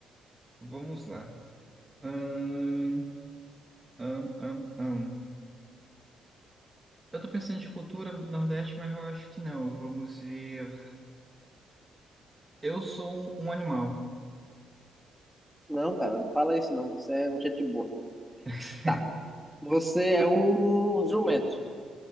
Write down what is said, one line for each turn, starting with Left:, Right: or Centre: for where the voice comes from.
Right: vamos lá. Ahn, ahn, ahn, ahn. Eu tô pensando de cultura Nordeste, mas eu acho que não. Vamos ver. Eu sou um, um animal.
Centre: Não, cara, não fala isso, não. Você é um gente boa.
Right: <laughs>
Centre: Tá, você é um jumento.